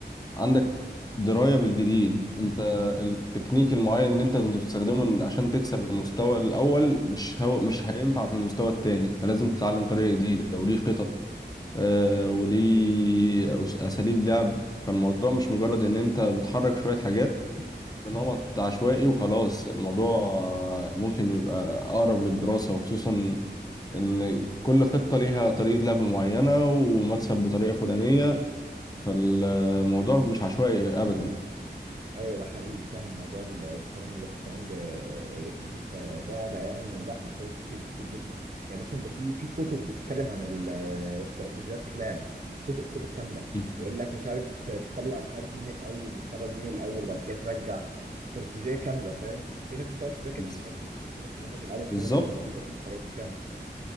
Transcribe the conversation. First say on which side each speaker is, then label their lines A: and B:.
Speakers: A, on the left; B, on the right.
A: عندك دراية بالجديد انت التكنيك المعين اللي انت كنت بتستخدمه عشان تكسب المستوى الاول مش هو مش هينفع في المستوى التاني فلازم تتعلم طريقة جديدة وليه خطط آه، وليه أس- اساليب لعب فالموضوع مش مجرد ان انت بتحرك شوية حاجات بنمط عشوائي وخلاص الموضوع آه، ممكن يبقى أقرب للدراسة وخصوصا إن كل خطة ليها طريقة لعب معينة ومكسب بطريقة فلانية فالموضوع مش عشوائي أبدا
B: ايوه ده حقيقي فعلا موضوع الشطرنج ده الشطرنج آه، فلعبه يعني لا محتاج تفكير كتير جدا يعني مثلا ده في في كتب بتتكلم عن ال- آه، استراتيجيات لعب كتب كتب كامله
A: مم.
B: يقول لك مش عارف تطلع مش عارف مين الاول وتخرج مين الاول وبعد كده ترجع استراتيجيه كامله فاهم في ناس بتقعد تذاكر
A: بز-
B: الحاجات دي يعني في ناس اللي هم بيلعبوا بطولات
A: بالظبط
B: بتذاكر الحاجات دي فعلا